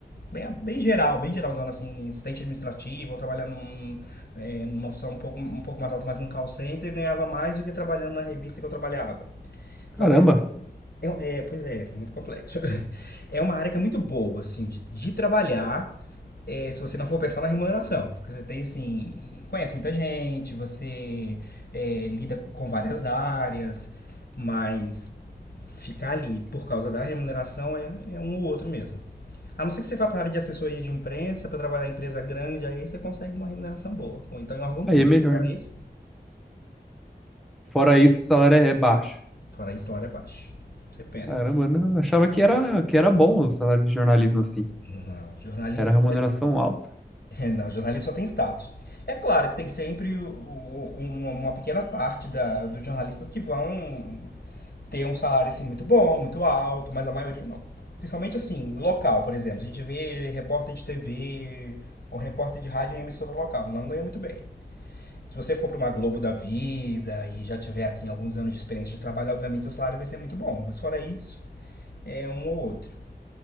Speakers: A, on the left; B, in the centre.
A: bem, bem geral, bem geralzona, assim, assistente administrativo, ou trabalhar num, é, numa função um pouco, um pouco mais alta, mas num call center, ganhava mais do que trabalhando na revista que eu trabalhava. Então,
B: Caramba,
A: assim, é, é, pois é, muito complexo. <laughs> É uma área que é muito boa, assim, de, de trabalhar, é, se você não for pensar na remuneração, porque você tem assim, conhece muita gente, você é, lida com várias áreas, mas ficar ali por causa da remuneração é, é um ou outro mesmo. A não ser que você vá para a área de assessoria de imprensa, para trabalhar em empresa grande, aí você consegue uma remuneração boa, ou então em órgão público.
B: aí é melhor,
A: Fora
B: né?
A: isso,
B: Fora isso, o salário é baixo.
A: fora isso, o salário é baixo. Você pena.
B: Caramba, eu não, eu achava que era, que era bom o salário de jornalismo, assim.
A: Não, jornalismo,
B: Era remuneração alta.
A: É, Não, jornalista só tem status. É claro que tem sempre o- o- uma pequena parte da, dos jornalistas que vão ter um salário assim muito bom, muito alto, mas a maioria não. Principalmente assim, local, por exemplo. A gente vê repórter de TV ou repórter de rádio em emissora local, não ganha muito bem. Se você for para uma Globo da vida e já tiver assim alguns anos de experiência de trabalho, obviamente seu salário vai ser muito bom. Mas fora isso, é um ou outro.